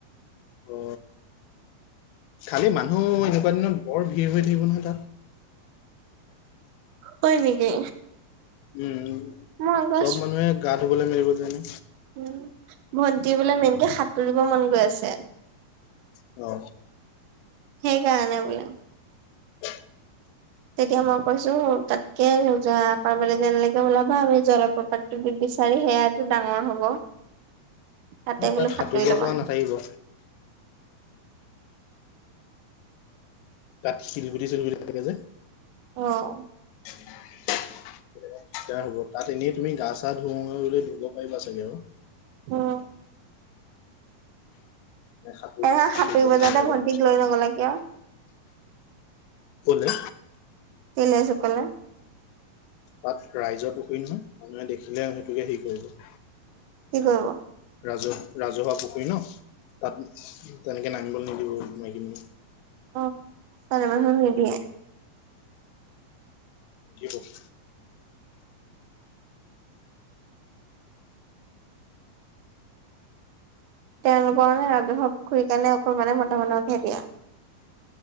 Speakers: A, on the left; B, on the right.
A: অ। খালি মানুহ এনেকুৱা দিনত বৰ ভিৰ হৈ থাকিব নহয় তাত।
B: হয় নেকি?
A: উম
B: মই আকৌ
A: চব মানুহে গা ধুবলৈ মেলিব জানো।
B: উম, ভণ্টি বোলে মেইনকে সাঁতুৰিব মন গৈ আছে।
A: অ।
B: সেইকাৰণে বোলে।
A: <unintelligible>
B: তেতিয়া মই কৈছো তাতকে ল <unintelligible> পাৰবলৈ যেনেৈকে ওলাবা আৰুি অলপপাত দি বিচাৰি সেইয়াতটো ডাঙৰ হ'ব তাতে
A: তাত
B: বোলো
A: সাঁতুৰিব
B: সাঁতুৰি ল'বা
A: পৰা নাথাকিব। তাত শিলগুটি চিলগুটি থাকে যে,
B: অঁ।
A: <unintelligible> তোই হ'ব তাত এনেই তুমি গা চা ধুলৈ ধুব পাৰিবা চাগে আৰু।
B: উম।
A: সাঁতুৰিবগে
B: এনে সাঁতুৰিব যাওঁতে
A: নোৱাৰিবা।
B: ভন্টিক লৈ নগলা কিয়
A: ক'লে?
B: কি ৰাইজ সকলে?
A: তাত ৰাইজৰ পুখুৰী নহয়, মানুহে দেখিলে সেইটোকে হেৰি কৰিব',
B: কি কৰিব?
A: ৰাজহু - ৰাজহুৱা পুখুৰী ন', তাত, তেনেকে নামিবলৈ নিদিব মাইকী মানুহ',
B: অ', ছোৱালী মানুহ নিদিয়ে?
A: নিদিয়েটো',
B: তেওঁলোকৰ মানে ৰাজহুৱা পুখুৰীৰ কাৰণে অকল মানে মতা মানুহকহে দিয়া?